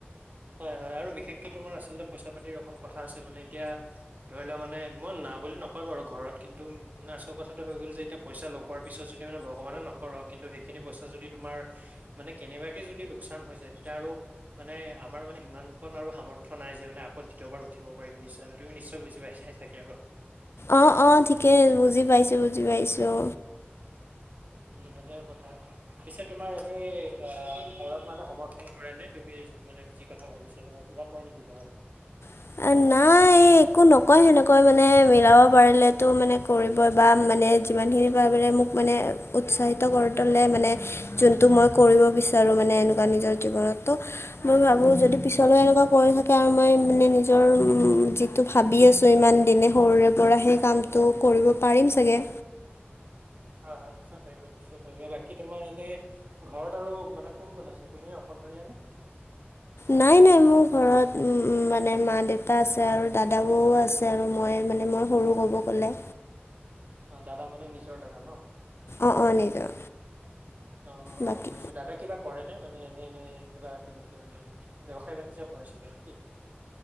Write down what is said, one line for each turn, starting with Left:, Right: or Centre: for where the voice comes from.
Right: হয় -হয়- আৰু বিশেষকে তোমাৰ আচলতে পইচা পাতিৰ অকণ কথা আছে মানে এতিয়া। ধৰি লোৱা মানে মই না বুলি নকয় বাৰু ঘৰত কিন্তু। মানে আচল কথাটো হৈ গ'ল যে এতিয়া পইচা লগোৱাৰ পিছত যদি মানে ভগৱানে নকৰক কিন্তু সেইখিনি পইচ যদি তোমাৰ। মানে কেনেবাকে যদি লোকচান হৈ যায় তেতিয়া আৰু মানে। আমাৰ মানে সিমান কণ আৰু সামৰ্থয় নাই যে মানে আগত দ্বিতীয়াৰ উঠিব পাৰম নিশ্চয় আৰু তুমি নিশ্চয় বুজি পাই চাই চাগে আৰু।
Left: অঁ- অঁ -ঠিকেই বুজি পাইছোঁ বুজি পাইছোঁ।
Right: উম সেইটোয়ও কথা পিছে তোমাৰ ভাবে ঘৰত মানে সমৰ। কৰে নে তুমি মানে যি কথা ভাবিছা তোমাৰ কিবা কয় নেকি ঘৰত।
Left: <inaudible> নাই। এই একো নকয় সেনেকৈ মানে মিলাব পাৰিলেতো মানে কৰিবই বা মানে যিমানখিনি পাৰে মোক। মানে উৎসাহিত কৰি তোলে মানে যোনটো মই কৰিব বিচাৰো মানে এনেকুৱা নিজৰ জীৱন তো মই ভাবো যদি পিছলৈ এনেকুৱা কৰি থাকে আৰু মই মানে নি নিজৰ যিটো ভাবি আছোঁ ইমান দিনে সৰুৰে পৰা সেই কামটো কৰিব পাৰিম চাগে।
Right: হয়-হয় নিশ্চয় পাৰিবা, নিশ্চয় পাৰিবা। বাকী তোমাৰ এনে ঘৰত আৰু মানে কোন কোন আছে? তুমি অকলশৰীয়া নে?
Left: নাই নাই মোৰ ঘৰত উম মানে মা দেউতা আছে আৰু দাদা বৌও আছে। আৰু মই মানে মই সৰু ক'ব গ'লে।
Right: অ দাদা মানে নিজৰ দাদা ন?
Left: অ অ নিজৰ।
Right: অ-অ-অ
Left: বাকী
Right: গম পাইছো। দাদা কিবা কৰে নে মানে এনে এনে কিবা তেনেকে মানে ব্যৱসায় বাণিজ্য কৰে চাগে নেকি?